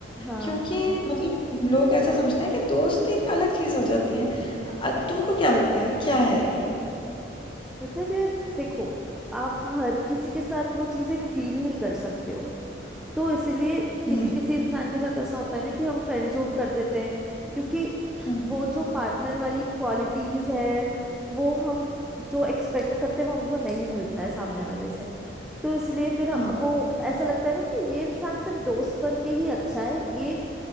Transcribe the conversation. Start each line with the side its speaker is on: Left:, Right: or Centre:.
Centre: हाँ
Left: क्योंकि मतलब लोग ऐसा समझते हैं कि दोस्त एक अलग चीज़ हो जाती है अ- तुमको क्या लगता है क्या है ये
Centre: मतलब यार देखो आप हर किसी के साथ वो चीजें फील नहीं कर सकते हो तो इसीलिए
Left: हम्म
Centre: किसी किसी इंसान के साथ ऐसा होता है ना कि हम फ्रेंड जोन कर देते हैं क्योंकि <clears throat>
Left: हम्म,
Centre: वो जो पार्टनर वाली क्वालिटीज है वो हम जो एक्सपेक्ट करते हैं वो हमको नहीं मिलता है सामने वाले से तो इसलिए फिर हम
Left: हाँ
Centre: वो ऐसा लगता है ना कि ये इंसान सिर्फ दोस्त बन के ही अच्छा है ये